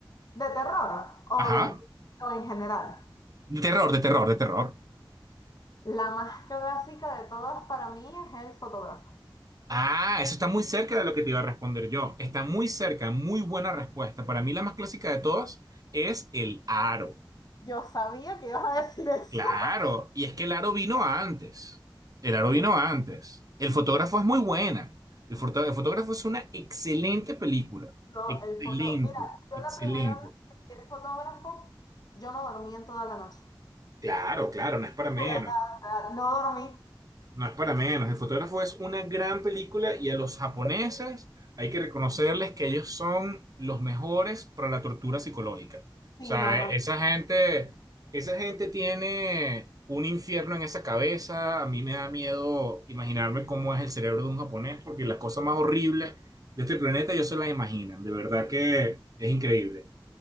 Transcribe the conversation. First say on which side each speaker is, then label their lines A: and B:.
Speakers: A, on the left; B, on the right.
A: de terror
B: Ajá.
A: o de o en general.
B: De terror, de terror, de terror.
A: La más clásica de todas para mí es El fotógrafo.
B: Ah, eso está muy cerca de lo que te iba a responder yo. Está muy cerca, muy buena respuesta. Para mí la más clásica de todas es el aro.
A: Yo sabía que ibas a decir eso.
B: Claro,
A: <laughs>
B: y es que el aro vino antes. El aro
A: Sí,
B: vino antes. El fotógrafo es muy buena. El, foto- el fotógrafo es una excelente película.
A: no,
B: Excelente,
A: el foto. Mira, yo
B: excelente.
A: la primera vez que vi el fotógrafo, yo no dormí en toda la noche.
B: Claro, claro, no es
A: <laughs>
B: para
A: De
B: menos.
A: verdad, o sea, no dormí.
B: No es para menos. El fotógrafo es una gran película y a los japoneses hay que reconocerles que ellos son los mejores para la tortura psicológica.
A: Sí,
B: O sea,
A: no, no,
B: esa gente, esa gente tiene un infierno en esa cabeza. A mí me da miedo imaginarme cómo es el cerebro de un japonés porque las cosas más horribles de este planeta ellos se las imaginan. De verdad que es increíble.